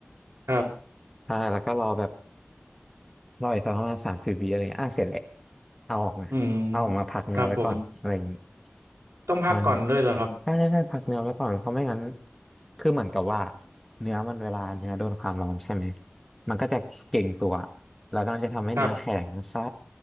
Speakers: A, on the right (about 80°); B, in the centre.
A: ครับ
B: ใช่แล้วก็รอแบบรออีกสักประมาณสามสิบวิอะไรเงี้ยอ่ะเสร็จแหละเอาออกมาเอาออกมาพักเนื้อไว้ก่อนอะไรอย่างเงี้ย
A: อืมครับผมต้องพักก่อนด้วยเหรอครับ
B: ใช่ใช่ใช่พักเนื้อไว้ก่อนเพราะไม่งั้นคือเหมือนกับว่าเนื้อมันเวลาเนื้อโดนความร้อนใช่ไหมมันก็จะเก่งตัวแล้วมันจะทำให้เนื้อแข็งใช่
A: ครับ